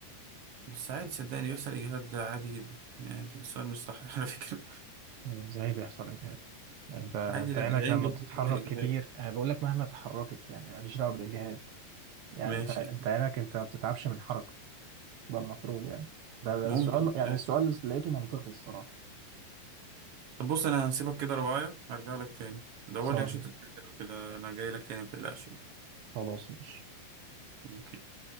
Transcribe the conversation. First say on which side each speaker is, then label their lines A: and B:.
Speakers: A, on the right (about 65°); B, on the right (about 85°).
A: بس عادي صدقني يحصل إجهاد ده عادي جدا يعني دي السؤال مش صح <laughs> على فكرة
B: ازاي بيحصل اجهاد انت انت
A: عادي لا
B: عينك
A: العين
B: لما
A: بيحصل
B: بتتحرك
A: فيها إجهاد
B: كتير انا بقول لك مهما تحركت يعني ماليش دعوه بالاجهاد يعني
A: ماشي
B: انت انت عينك انت ما بتتعبش من الحركه ده المفروض يعني ده ده
A: ممكن
B: السؤال يعني
A: مش عارف
B: السؤال لقيته منطقي الصراحه
A: طب بص أنا هسيبك كده رباية هرجع لك تاني دور
B: خالص
A: لي عشان تتأكد كده أنا جاي لك تاني متقلقش يعني.
B: خلاص ماشي
A: أوكي